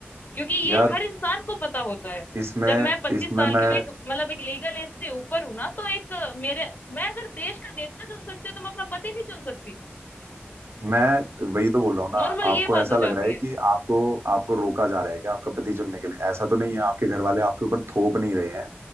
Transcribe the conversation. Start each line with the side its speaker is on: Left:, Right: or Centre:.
Left: क्योंकि
Right: यार
Left: ये हर इंसान को पता होता है
Right: इसमें
Left: जब मैं पच्चीस
Right: इसमें
Left: साल की
Right: मैं
Left: हूँ एक मतलब एक लीगल एज से ऊपर हूँ ना तो एक अ, मेरे मैं अगर देश का नेता चुन सकती हूँ तो मैं अपना पति नहीं चुन सकती
Right: मैं वही तो बोल रहा हूँ ना
Left: नॉर्मल
Right: आपको
Left: ये बात
Right: ऐसा
Left: हो
Right: लग
Left: जाती
Right: रहा है कि
Left: है
Right: आपको आपको रोका जा रहा है कि आपका पति चुनने के लिए ऐसा तो नहीं है आपके घर वाले आपके ऊपर थोप नहीं रहे हैं